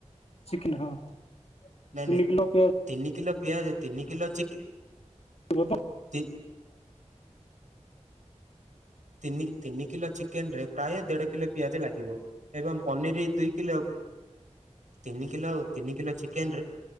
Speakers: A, on the left; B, on the right.
A: ଚିକେନ ହଁ ତିନି
B: ନାଇଁ ନାଇଁ
A: କିଲୋ ପିଆ
B: ତିନି କିଲୋ ପିଆଜ ତିନି କିଲୋ ଚିକେ
A: ହେଇଯିବ ତ
B: ତି ତିନି ତିନି କିଲୋ ଚିକେନରେ ପ୍ରାୟେ ଦେଢ କିଲୋ ପିଆଜ ଲାଗିବ। ଏବଂ ପନିରି ଦୁଇ କିଲୋ। ତିନି କିଲୋ ତିନି କିଲୋ ଚିକେନରେ